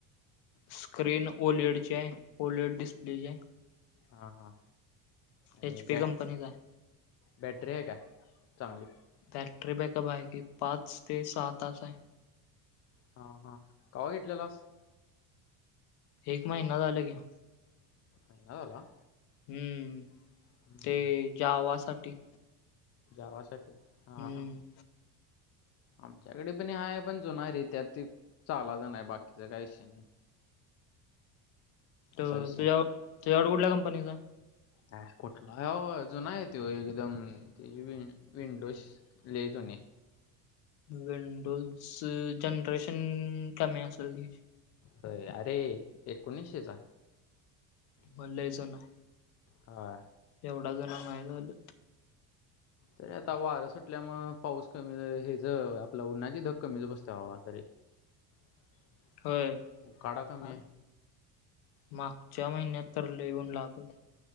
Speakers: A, on the left (about 55°); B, on the left (about 35°).
A: स्क्रीन ओलड ची आहे ओलड डिस्प्लेची आहे.
B: हा हां आणि
A: एच पी
B: बॅट
A: कंपनीचा आहे
B: बॅटरी आहे काय चांगली.
A: बॅटरी बॅकअप आहे की पाच ते सहा तास आहे.
B: हा हा कवा घेतलेलास?
A: एक महिना झाल घेऊन.
B: महिना झाला.
A: हम्म
B: हम्म, हम्म.
A: ते जावासाठी.
B: जावासाठी. हा
A: हम्म.
B: हा आमच्याकडे पण हाय पण जुनाय रे त्यात ते चालाच नाही बाकीचा काय विषय नाही.
A: त
B: असा विषय
A: तुझ्या तुझ्याकडं कुठल्या कंपनीचाय?
B: है कुठलाय बाबा जुनाय त्यो एकदम त्यजी वि अ विंडोज लई जुनिय.
A: विंडोज जनरेशन कमी असेल त्यजी.
B: होय अरे एकोणीसशेचा.
A: म लईच ऊनयं.
B: हा.
A: एवढा जण नाही झालं.
B: तरी आता वारं सुटल्यामुळं पाऊस कमी ह्यज आपलं उन्हाची धग कमीच बसतीया बाबा तरी. <inaudible>
A: होय
B: उकाडा कमी
A: आ
B: आहे
A: मागच्या महिन्यात तर लई ऊन लागत